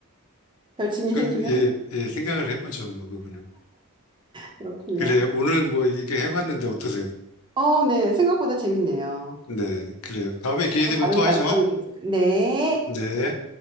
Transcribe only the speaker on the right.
절친이
생기면
그렇군요.
어, 네. 생각보다 재밌네요.
서로
다른
관점이
될 수 있 네.